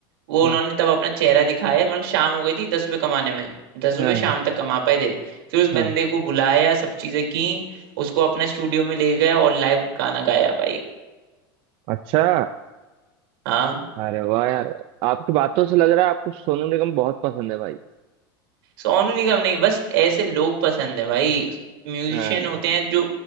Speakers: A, on the right; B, on the right.
A: वो
B: हाँ
A: उन्होंने तब अपना चेहरा दिखाया मतलब शाम हो गई थी दस रुपए कमाने में दस रुपए
B: हाँ
A: शाम तक कमा पाए थे फिर उस
B: हाँ
A: बंदे को बुलाया सब चीजें की उसको अपना स्टूडियो में ले गए और लाइव गाना गाया भाई
B: अच्छा
A: हाँ
B: अरे वाह यार आपकी बातों से लग रहा है आपको सोनू निगम बहुत पसंद है भाई
A: सोनू निगम नहीं बस ऐसे लोग पसंद है भाई म्यूजिशियन
B: हाँ
A: होते हैं जो